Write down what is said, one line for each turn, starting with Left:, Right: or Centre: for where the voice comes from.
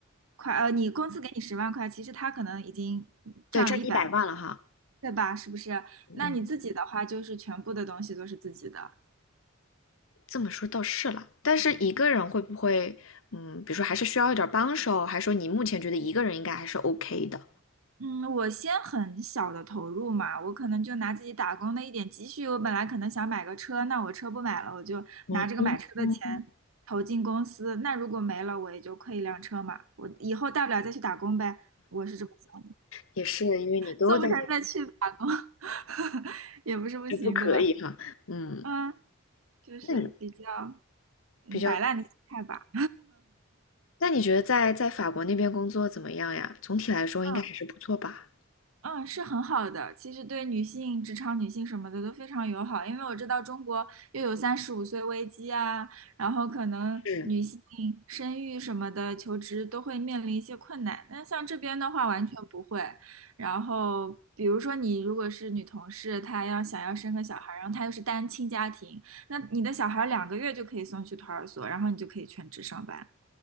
Right: 块，呃，你公司给你十万块，其实他可能已经赚了一百万，
Left: 对，赚一百万了哈，
Right: 对吧？是不是？
Left: 嗯，
Right: 那你自己的话，就是全部的东西都是自己的。
Left: 这么说倒是了。但是一个人会不会，嗯，比如说还是需要一点帮手，还是说你目前觉得一个人应该还是 OK 的？
Right: 嗯，我先很小的投入嘛，我可能就拿自己打工的一点积蓄，我本来可能想买个车，那我车不买了，我就拿这个买车的钱
Left: 嗯嗯嗯，
Right: 投进公司，那如果没了，我也就亏一辆车嘛，我以后大不了再去打工呗，我是这么想的，
Left: 也是，因为你都在这，
Right: 做不成再去打工，<laughs> 也不是不行，
Left: 这不可以哈。
Right: 对吧？
Left: 嗯，
Right: 嗯，就是比较
Left: 那你
Right: 嗯摆烂的心态吧。
Left: 比较那你觉得在在法国那边工作怎么样呀？总体来说应该还是不错吧？
Right: <laughs> 嗯，是很好的。其实对女性、职场女性什么的都非常友好，因为我知道中国又有三十五岁危机啊，然后可能女性生育什么的、
Left: 嗯，
Right: 求职都会面临一些困难。那像这边的话，完全不会。然后，比如说你如果是女同事，她要想要生个小孩儿，然后她又是单亲家庭，那你的小孩儿两个月就可以送去托儿所，然后你就可以全职上班。